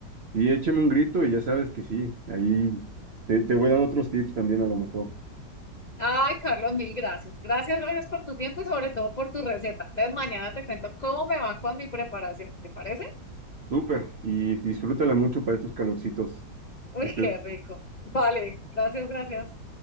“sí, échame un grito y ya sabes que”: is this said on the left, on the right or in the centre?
Right